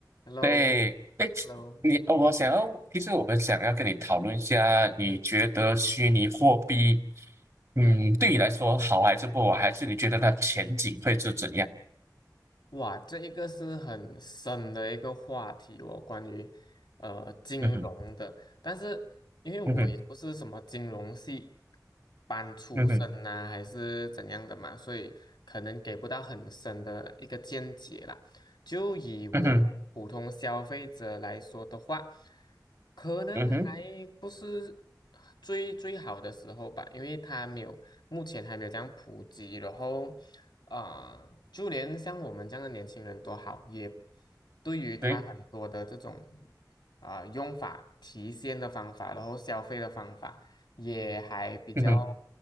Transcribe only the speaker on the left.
Hello，Hello，
嗯
嗯
哇，这一个是很深的一个话题哦，关于呃金融的。
但是因为我也不是什么金融系
班出身呐、
还是怎样的嘛，所以可能给不到很深的一个见解啦。就以我们普通消费者来说的话，
可能还不是
最最好的时候吧，因为它没有目前还没有这样普及，然后。啊、就连像我们这样的年轻人都好，也对于他很多的这种
啊、呃用法、提现的方法，然后消费的方法，也还比较